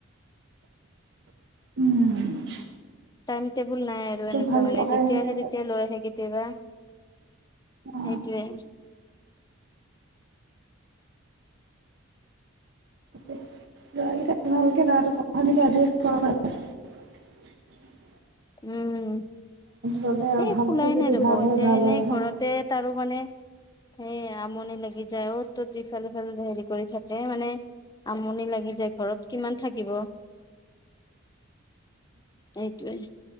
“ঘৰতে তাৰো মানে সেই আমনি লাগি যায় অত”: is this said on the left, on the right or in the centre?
Left